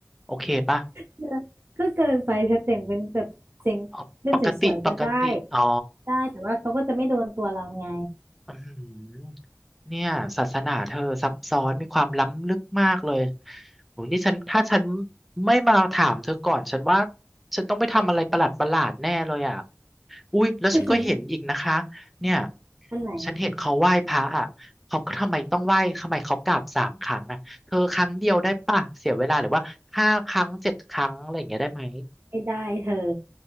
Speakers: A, in the centre; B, on the right.
A: โอเคป่ะ
B: เออก็เกินไปถ้าแต่งเป็นแบบเสียงเป็นสวยๆก็ได้
A: อ๋อปกติปกติอ๋อ
B: ได้แต่ว่าเขาก็จะไม่โดนตัวเราไง
A: อืมเนี่ยศาสนาเธอซับซ้อนมีความล้ำลึกมากเลยโหนี่ฉันถ้าฉันไม่มาถามเธอก่อนฉันว่าฉันต้องไปทำอะไรประหลาดประหลาดแน่เลยอ่ะอุ้ยแล้วฉันก็เห็นอีกนะคะเนี่ย
B: แต่ฉันอันไหน
A: ฉันเห็นเขาไหว้พระอ่ะเขาก็ทำไมต้องไหว้ทำไมเขากราบสามครั้งอ่ะเธอครั้งเดียวได้ป่ะเสียเวลาหรือว่าห้าครั้งเจ็ดครั้งอะไรอย่างเงี้ยได้ไหม
B: ไม่ได้เธอ